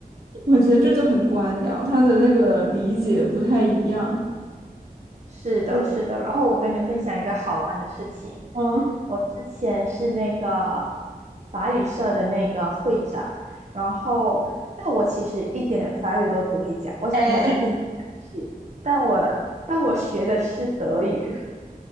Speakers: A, on the right; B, on the right.
A: 我觉得这就很官僚，他的那个理解不太一样。
B: 是的，
A: 嗯，
B: 是的。然后我跟你分享一个好玩的事情，
A: 哦，
B: 我之前是那个法语社的那个会长，然后但我其实一点法语都不会讲，我可能只会那一两句，
A: 哎，
B: 但我但我学的是德语，